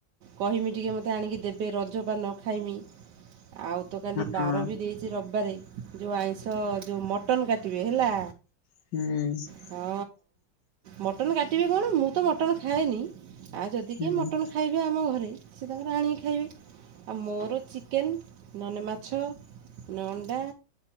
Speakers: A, on the right (about 75°); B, on the left (about 75°).
A: କହିମି ଟିକେ ମତେ ଆଣିକି ଦେବେ ରଜ ପାନ ଖାଇମି। ଆଉ ତ କାଲି ବାର
B: ହଁ
A: ବି ଦେଇ ଆଜି ରବିବାରେ ଯେଉଁ ଆଇଁଷ ଯେଉଁ ମଟନ୍ କାଟିବେ ହେଲା।
B: ହୁଁ।
A: ହଁ ମଟନ୍ କାଟିବେ କଣ ମୁଁ ତ ମଟନ୍ ଖାଏନି। ଆଉ ଯଦି
B: ହୁଁ
A: କିଏ ମଟନ୍ ଖାଇବେ ଆମ ଘରେ ସେ ତାଙ୍କର ଆଣିକି ଖାଇବେ। ଆଉ ମୋର ଚିକେନ ନନେ ମାଛ ନ ଅଣ୍ଡା